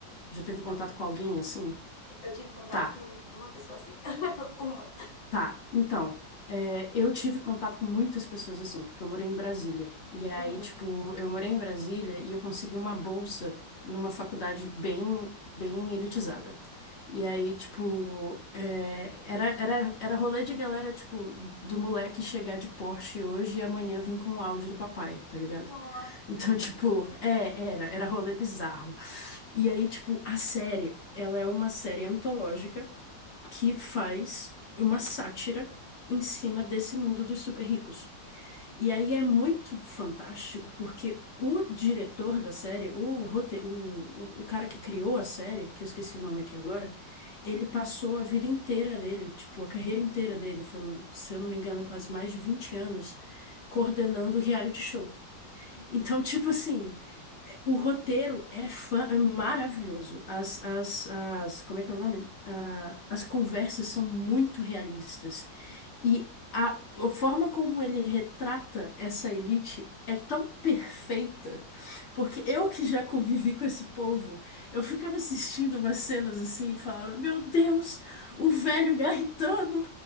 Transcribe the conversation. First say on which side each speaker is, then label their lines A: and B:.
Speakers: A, on the left; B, on the left.
A: Já teve
B: Então,
A: contato com alguém assim?
B: Eu tive contato
A: Tá.
B: com uma pessoa assim. <laughs> Uma.
A: Tá, então, é, eu tive contato com muitas pessoas assim, porque eu morei em Brasília. E aí,
B: Uhum.
A: tipo, eu morei em Brasília e eu consegui uma bolsa numa faculdade bem, bem elitizada. E aí, tipo, é, era, era, era rolê de galera, tipo, do moleque chegar de Porsche hoje e amanhã vir com um áudio do papai, tá ligado?
B: nossa.
A: <laughs> Então, tipo, é, era, era rolê bizarro. E aí, tipo, a série, ela é uma série antológica que faz uma sátira em cima desse mundo dos super ricos. E aí é muito fantástico porque o diretor da série, o, rote- o, o, o cara que criou a série, que eu esqueci o nome aqui agora, ele passou a vida inteira dele, tipo, a carreira inteira dele, foram, se eu não me engano, quase mais de 20 anos, coordenando reality show.
B: Uhum.
A: Então, <laughs> tipo assim, o roteiro é, fã, é maravilhoso. As, as, as, como é que é o nome? Ah, as conversas são muito realistas. E a, a forma como ele retrata essa elite é tão perfeita porque eu que já convivi com esse povo, eu ficava assistindo umas cenas assim e falava, meu Deus, o velho garritano.